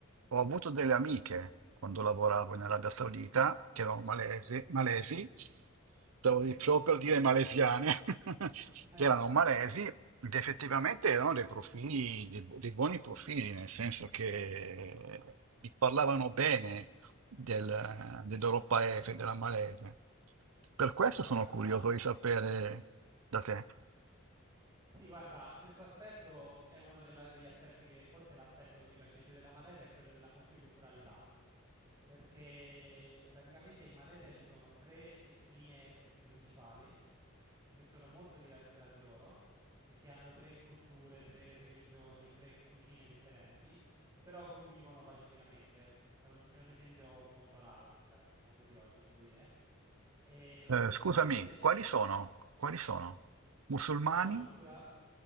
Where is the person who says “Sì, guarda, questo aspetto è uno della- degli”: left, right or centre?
Right